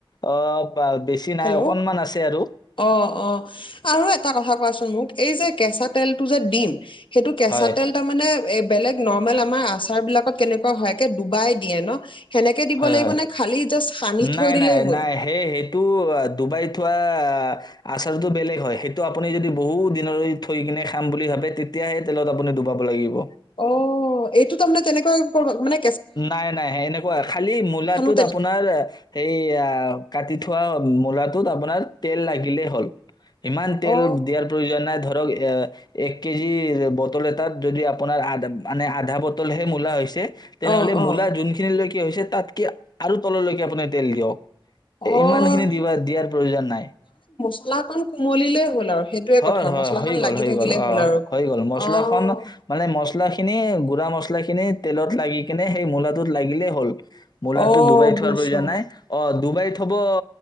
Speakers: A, on the left; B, on the left.
A: অ' বা বেছি নাই,
B: হেল্ল'
A: অকনমান আছে আৰু
B: অ', অ', আৰু এটা কথা কোৱাচোন মোক এই যে, কেঁচা তেলটো যে, দিম সেইটো কেঁচা
A: হয়
B: তেল তাৰ মানে এ, বেলেগ নৰৰ্মেল আমাৰ আছ তাৰ বিলাকত কেনেকুৱা হয়, একে ডুবাই দিয়ে ন সেনেকে দিব
A: হয়,
B: লাগিব
A: হয়
B: নে খালি জাষ্ট সানি থৈ
A: নাই,
B: দিলেই
A: নাই,
B: হ'ল
A: নাই হেই-হেইটো ডুবাই থোৱা আচাৰটো বেলেগ হয়, সেইটো আপুনি যদি বহুত দিনৰে থৈ কিনে খাম বুলি ভাবে তেতিয়াহে তেলত আপুনি ডুবাব লাগিব।
B: অ', এইটো তামানে তেনেকুৱা কৰ-মানে
A: নাই, নাই এনেকুৱা খালি মূলাটোত
B: সানো তেনে
A: আপোনাৰ সেইয়া কাটি থোৱা মূলাটোত আপোনাৰ তেল লাগিলেই হ'ল। ইমান তেল
B: অ
A: দিয়াৰ প্ৰয়োজন নাই ধৰক এ এককেজি বটল এটাত যদি আপোনাৰ আধ মানে আধা বটলহে মূলা হৈছে তেনেহ'লে
B: অ অ
A: মূলা যোনখিনিলৈকে কি হৈছে তাত কি আৰু তললৈকে আপুনি তেল দিয়ক
B: অ
A: ইমানখিনি দিয়াৰ প্ৰয়োজন নাই
B: কলা কলা কুমলীলে হ'ল আৰু সেইটোয়ে
A: হয়
B: কথা
A: হয়
B: মছলাখন
A: হৈ গ'ল
B: লাগি
A: হৈ
B: থাকিলেই
A: গ'ল
B: হ'ল
A: অ
B: আৰু।
A: হৈ গ'ল মছলাখনন
B: অ',
A: মানে মছলা খিনি গুড়া মছলাখিনি তেলত লাগি কিনে সেই মূলাটোত লাগিলেই হ'ল মোলা
B: অ',
A: তো দুুবাই
B: বুজিছো
A: থোৱাৰ প্ৰয়োজন নাই অ দুুবাইত থব অ